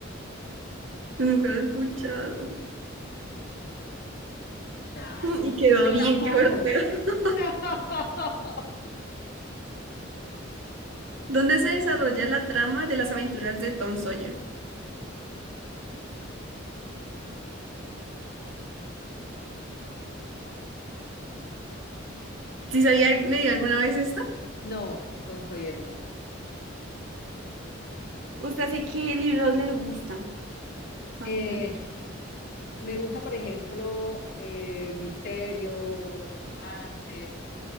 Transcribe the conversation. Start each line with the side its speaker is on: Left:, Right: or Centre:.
Right: yo nunca la he escuchado.
Left: Nah,
Right: Mm,
Left: no,
Right: Y quedó
Left: yo
Right: bien,
Left: tampoco.
Right: qué bueno. <laughs>
Left: <laughs>
Right: ¿Dónde se desarrolla la trama de las aventuras de Tom Sawyer? ¿Sí sabía leí alguna vez esta?
Left: No, Don Sawyer no.
Right: ¿Usted sí qué libros le gustan, más
Left: Eh,
Right: o menos?
Left: me gusta, por ejemplo, eh, misterio, romance